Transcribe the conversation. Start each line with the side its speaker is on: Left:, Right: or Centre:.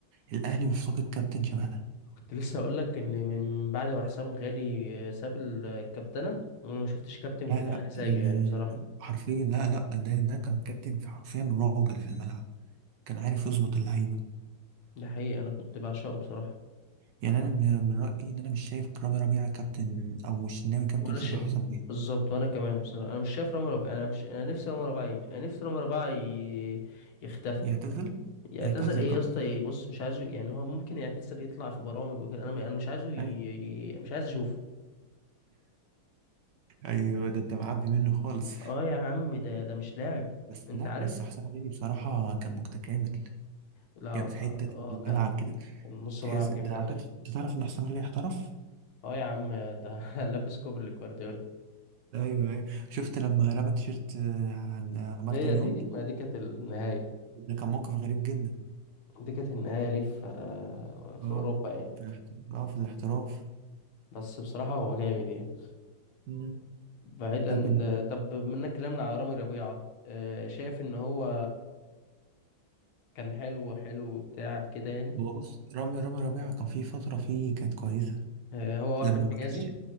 Right: الاهلي مفتقد كابتن شبه ده
Left: كنت لسه اقول لك ان من من بعد ما حسام غالي آه، ساب ال- الكابتنة وانا ما شفتش كابتن في
Right: لا
Left: الاهلي
Right: لا
Left: زيه
Right: ال-
Left: يعني بصراحة
Right: حرفيا لا لا ده ده كان كابتن في حرفيا راجل في الملعب كان عارف يظبط اللعيبه
Left: ده حقيقي انا كنت بعشقه بصراحة
Right: يعني انا من من رايي ان انا مش شايف رامي ربيعه كابتن او الشناوي كابتن
Left: ولا
Right: شبه
Left: ش...
Right: حسام بيه
Left: بالظبط وانا كمان بصراحة انا مش شايف رامي ربيعة انا مش انا نفسي رامي ربيعة يمشي انا نفسي رامي ربيعة ي... يختفي
Right: يعتزل
Left: يعتزل
Right: يعتزل
Left: ايه يا
Right: اه
Left: اسطى يعني بص مش عايزه يعني هو ممكن يعتزل يطلع في برامج وكده انا انا مش عايزه ي...
Right: ايوه
Left: ي- مش عايز اشوفه
Right: ايوه ده انت معبي منه خالص
Left: اه يا عم ده ده مش لاعب
Right: آه، بس
Left: انت
Right: لا
Left: عارف
Right: بس حسام غالي بصراحه كان متكامل
Left: لا
Right: كان
Left: لا
Right: في حته
Left: اه
Right: الملعب
Left: كان
Right: كده
Left: كان نص
Right: تحس
Left: ملعب
Right: انت
Left: جامد
Right: عارف
Left: قوي يعني
Right: انت تعرف ان حسام غالي احترف
Left: اه يا عم ده <laughs> لبس كوبري لجوارديولا
Right: ايوه ايوه شفت لما رمى تيشيرت آه، عن مارتن
Left: هي
Right: يون
Left: دي ما دي كانت النهاية
Right: ده كان موقف غريب جدا
Left: دي كانت النهاية ليه في في
Right: اه
Left: أوروبا يعني
Right: في الاحت... اه في الاحتراف
Left: بس بصراحة هو جامد يعني
Right: مم.
Left: بعيدا
Right: طب انت-
Left: طب منك كلامنا على رامي ربيعة آه، شايف إن هو كان حلو حلو بتاع كده يعني
Right: هو بص رامي رامي ربيعة كان في فترة فيه كانت كويسة
Left: آه، هو واحمد
Right: لما ما
Left: حجازي
Right: كانش